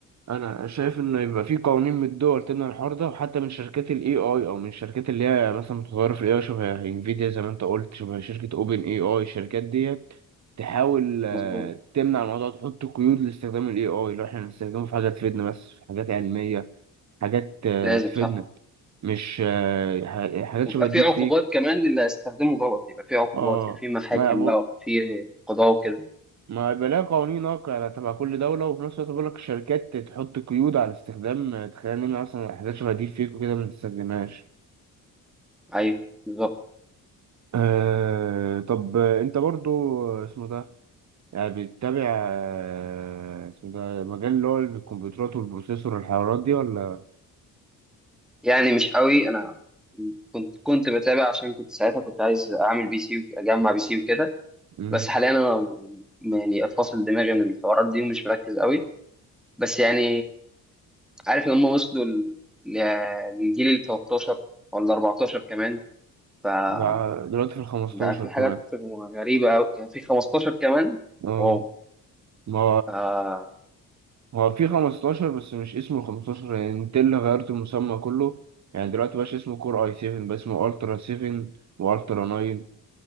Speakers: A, on the right; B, in the centre.
A: أنا شايف إن يبقى في قوانين من الدول تمنع الحوار ده وحتى من شركات ال AI أو من الشركات اللي هي مثلا متطورة في ال AI شبه انفيديا زي ما أنت قلت شبه شركة أوبن AI الشركات ديت تحاول آه،
B: مظبوط
A: تمنع الموضوع تحط قيود لاستخدام ال AI لو إحنا هنستخدمه في حاجة تفيدنا بس في حاجات علمية حاجات آه،
B: لازم
A: تفيدنا
B: صح
A: مش آه، ح- حاجات
B: ويبقى
A: شبه الديب
B: في عقوبات
A: فيك
B: كمان للي هيستخدمه غلط يبقى في عقوبات
A: اه
B: يبقى في محاكم
A: ما يبقى
B: بقى ويبقى في قضاء وكده
A: ما يبقى لها قوانين واقعة تبع كل دولة وفي نفس الوقت بقول لك الشركات تحط قيود على استخدام آه، تخلينا نمنع مثلا حاجات شبه الديب فيك وكده ما نستخدمهاش
B: ايوه بالظبط
A: آه طب آه، انت برضو آه، اسمه ده يعني بتتابع آه، اسمه ده مجال اللي هو الكمبيوترات والبروسيسور والحوارات دي ولا
B: يعني مش قوي انا كنت كنت بتابع عشان كنت ساعتها كنت عايز اعمل بي سي وك- اجمع بي سي وكده
A: مم.
B: بس حاليا انا م- يعني فاصل دماغي من الحوارات دي ومش مركز قوي بس يعني عارف ان هم وصلوا ل- لجيل ال 13 ولا 14 كمان فبقى
A: ده دلوقتي في الخمستاشر
B: في
A: كمان
B: حاجات غريبة أوي يعني في 15 كمان
A: اه
B: واو
A: ما
B: آه.
A: هو في 15 بس مش اسمه 15 يعني نتيلا غيرت المسمى كله يعني دلوقتي مبقاش اسمه كور اي 7 بقى اسمه الترا 7 والترا 9